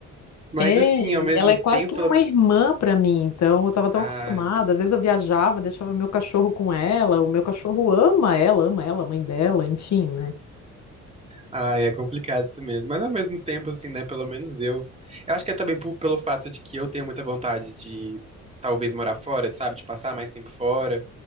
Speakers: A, on the right; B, on the left.
A: Mas,
B: É,
A: assim, ao mesmo
B: e ela é
A: tempo,
B: quase que nem
A: ela-
B: uma irmã para mim, então eu estava tão
A: ai.
B: acostumada. Às vezes eu viajava, deixava meu cachorro com ela, o meu cachorro ama ela, ama ela, a mãe dela, enfim, né?
A: Ai, é complicado isso mesmo. Mas ao mesmo tempo, assim, né? Pelo menos eu. Eu acho que é também pu- pelo fato de que eu tenho muita vontade de talvez morar fora, sabe? De passar mais tempo fora.